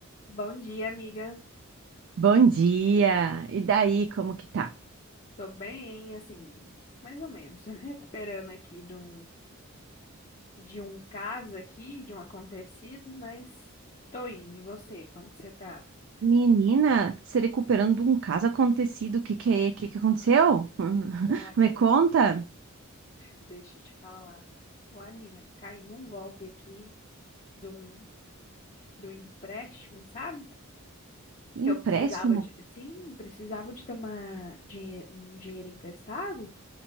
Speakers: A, on the left (about 35°); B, on the right (about 60°).
A: Bom dia, amiga.
B: Bom dia! E daí, como que tá?
A: Tô bem, assim, mais ou menos. <laughs> Recuperando aqui de um, de um caso aqui, de um acontecido, mas tô indo. E você, como que você tá?
B: Menina, se recuperando de um caso acontecido, o que que é? O que que aconteceu? <laughs>
A: Uai,
B: Me conta.
A: deixa eu te falar. Uai, menina, caí num golpe aqui de um, de um empréstimo, sabe?
B: Empréstimo?
A: Que eu precisava de, sim, precisava de tomar dinhe um dinheiro emprestado.